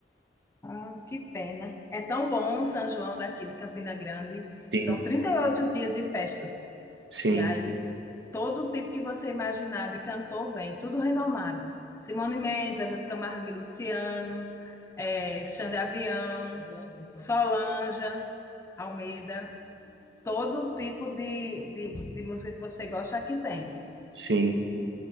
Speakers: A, on the left; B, on the right.
A: Ah, que pena. É tão bom o São João daqui de Campina Grande.
B: Sim,
A: São 38 dias de festas.
B: sim,
A: E aí, todo tipo que você imaginar de cantor vem, tudo renomado. Simone Mendes, Zezé de Camargo e Luciano, eh, Xande Avião, Solange, Almeida. Todo tipo de, de, de música que você gosta aqui tem.
B: sim.